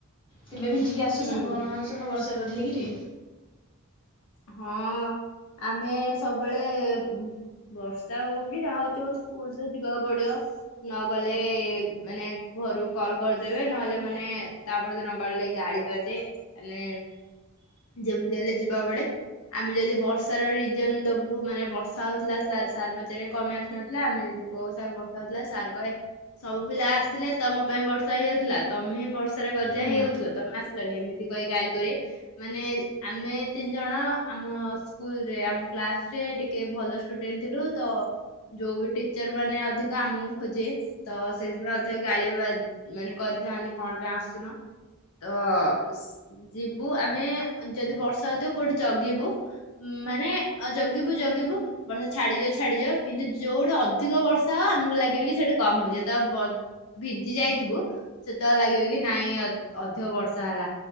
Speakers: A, on the left; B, on the left.
A: ତେବେ ଭିଜିକି ଆସିଚୁ
B: ହୁଁ
A: ସାଙ୍ଗମାନଙ୍କ ସହ ବର୍ଷାରେ ଓଦା ହେଇକିରି।
B: ହଁ ଆମେ ସବୁବେଳେ ବୁଁ ବର୍ଷା ହୋଉ କି ଯାହା ହୋଉଚି ହୋଉ ସ୍କୁଲ୍ ତ ଯିବାକୁ ପଡିବ। ନ ଗଲେ ମାନେ ଘରୁ କଲ୍ କରିଦେବେ ନହେଲେ ମାନେ ତାପର ଦିନ ଗଲେ ଗାଳି ବାଜେ ତାନେ ଯେମିତି ହେଲେ ଯିବାକୁ ପଡେ। ଆମେ ଯଦି ବର୍ଷାର ରିଜନ୍ ଦବୁ ମାନେ ବର୍ଷା ହୋଉଥିଲା ସାର୍ ସାର୍ ପଚାରିବେ କଁ ପାଇଁ ଆସି ନଥିଲ ଆମେ ଯେଦି କୋଉ ସାର୍ ବର୍ଷା ହୋଉଥିଲା, ସାର୍ କହେ ସବୁ ପିଲା ଆସିଥିଲେ ତମ ପାଇଁ ବର୍ଷା ହେଇଯାଉଥିଲା, ତମେ ହିଁ ବର୍ଷାରେ ଗଜା
A: ହୁଁ
B: ହେଇଯାଉଥିଲ ତମେ ଆ ଆସିଲ ନେଇଁ ଏମିତି କହି ଗାଳି କରିବେ, ମାନେ ଆମେ ତିନ୍ ଜଣ ଆମ ସ୍କୁଲ୍ ରେ ଆମ କ୍ଲାସ୍ ରେ ଟିକେ ଭଲ ଷ୍ଟୁଡେଣ୍ଟ ଥିଲୁ ତ ଯୋଉ ବି ଟିଚର୍ ମାନେ ଅଧିକ ଆମକୁ ଖୋଜିବେ ତ ସେଇଥିପାଇଁ ଅଧିକ ଗାଳି ବି ବାଜ୍ ମାନେ କରିଥାନ୍ତି କଣ ପାଇଁ ଆସୁନ? ତ ଯିବୁ ସ୍- ଯିବୁ ଆମେ ଯଦି ବର୍ଷା ହୋଉଥିବ କୋଉଠି ଜଗିବୁ। ଉ ମାନେ ଅ ଜଗିବୁ ଜଗିବୁ। ବର୍ଷା ଛାଡିଯିବ ଛାଡିଯିବ କିନ୍ତୁ ଯୋଉଠି ଅଧିକ ବର୍ଷା ହବ ଆମୁକୁ ଲାଗିବ କି ସେଇଠି କମ୍ ହୋଉଛି ଯେତେବେଳେ ବ ଭିଜି ଯାଇଥୁବୁ ସେତେବେଳେ ଲାଗିବ କି ନାଇଁ ଅ ଅଧିକ ବର୍ଷା ହେଲା।